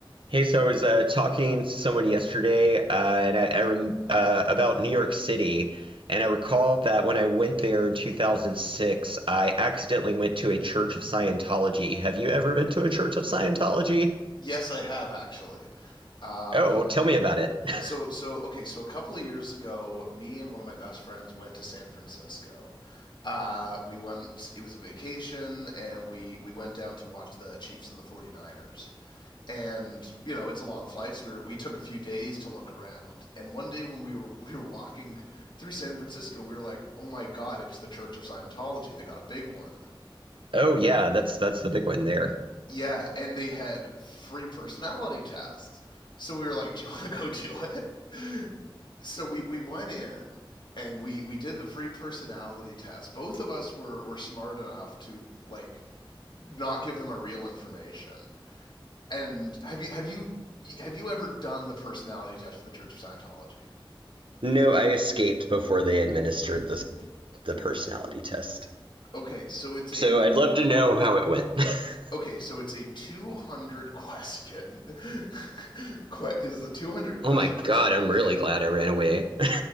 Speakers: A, on the right (about 70°); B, on the left (about 60°).
A: Hey, so I was uh, talking to someone yesterday, uh, and I, I rem uh, about New York City, and I recall that when I went there in 2006, I accidentally went to a Church of Scientology. Have you ever been to a Church of Scientology?
B: Yes, I have actually. Um,
A: Oh, tell me about it. <laughs>
B: so so okay, so a couple of years ago, me and one of my best friends went to San Francisco. Uh, we went it was a vacation and we we went down to watch the Chiefs and the 49ers. And you know, it's a long flight, so we were, we took a few days to look around. And one day when we were we were walking through San Francisco, we were like, "Oh my god, it's the Church of Scientology. They got a big one."
A: Oh, yeah, that's that's the big one there.
B: Yeah, and they had free personality tests. So we were like, "Do you want to go do it?" <laughs> So we we went in and we we did the free personality test. Both of us were were smart enough to like not give them our real information. And have you have you have you ever done the personality test for the Church of Scientology?
A: No, I escaped before they administered the the personality test.
B: Okay, so it's a
A: So I'd love to know how it went. <laughs>
B: okay, so it's a 200 question. <laughs> it is a 200 question
A: Oh my God,
B: questionnaire.
A: I'm really
B: Yes.
A: glad I ran away. <laughs>